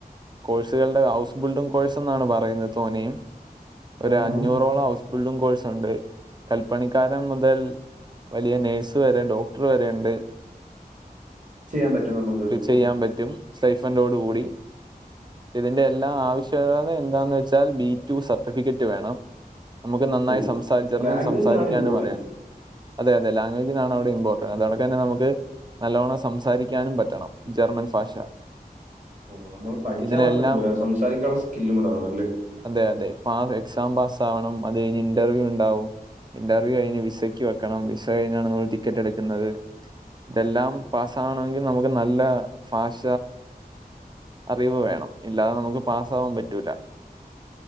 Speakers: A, on the right; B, on the right.
A: കോഴ്സുകളുടെ ഹൗസ് ബിൽഡിംഗ് കോഴ്സ് എന്നാണ് പറയുന്നത് തോനെയും ഒരു
B: ആഹാ.
A: അഞ്ഞൂറോളം ഹൗസ് ബിൽഡിങ് കോഴ്സ് ഉണ്ട് കൽപ്പണിക്കാരൻ മുതൽ വലിയ നേഴ്സ് വരെ ഡോക്ടർ വരെ ഉണ്ട്.
B: ചെയ്യാൻ പറ്റോ നമുക്ക്
A: ചെയ്യാൻ പറ്റും സ്റ്റൈഫൻറ്റൊട് കൂടി ഇതിൻ്റെ എല്ലാ ആവശ്യകത എന്താന്ന് വെച്ചാൽ ബിറ്റു സർട്ടിഫിക്കറ്റ് വേണം. അമ്മക്ക് നന്നായി
B: ഓ!
A: സംസാരിജർമ്മൻ
B: ലാംഗ്വേജ്
A: സംസാരിക്കാനുമറിയാം
B: ആണ് ഇമ്പോർട്ടന്റ്.
A: അതെ അതെ ലാംഗ്വേജിനാണ് അവിടെ ഇമ്പോർടന്റ് അതോടെ കഴിഞ്ഞാ നമ്മക്ക് നല്ലോണം സംസാരിക്കാനും പറ്റണം ജർമ്മൻ ഭാഷ
B: ഓ നമ്മൾ പഠിച്ചാ
A: ഇതിനെല്ലാം
B: മാത്രം പോരാ സംസാരിക്കാനുള്ള സ്കില്ലും കൂടെ വേണം അല്ലേ
A: അതെ അതെ <unintelligible> എക്സാം പാസ് ആവണം അത് കഴിഞ്ഞ് ഇന്റർവ്യൂ ഉണ്ടാവും ഇന്റർവ്യൂ കഴിഞ്ഞ് വിസ ക്ക് വെക്കണം വിസ കഴിഞ്ഞാണ് നമ്മള് ടിക്കറ്റ് എടുക്കുന്നത് ഇതെല്ലാം പാസ് ആവണമെങ്കി നമുക്ക് നല്ല ഭാഷ അറിവ് വേണം ഇല്ലാതെ നമുക്ക് പാസ്സാവാൻ പറ്റൂല്ല